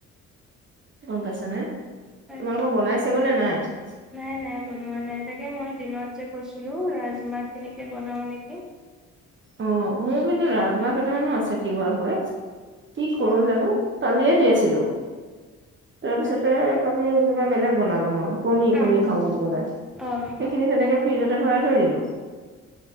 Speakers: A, on the right; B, in the centre.
A: গম পাইছা নে
B: পাইছো
A: তোমালোকৰ
B: পাই
A: বনাই চাগে নে নাই হয়
B: নাই নাই বনোৱা নাই তাকে মই দিনত যে কৈছিলো ৰাজমাত খিনিকে বনাও নেকি
A: অ মোৰ কিন্তু ৰাজমা কেইটামানো আছে তিৱা হৈ কি কৰো
B: অ',
A: জানো কালিয়ে দিয়াইছিলো তাৰপিছতে
B: তাক
A: কালি কিবা বেলেগ বনালো মই কণী
B: অ',
A: কণী খাওঁ বুলি কলে
B: অ',
A: সেইখিনি তেনেকে ফ্ৰিজতে ভৰাই থৈ দিলো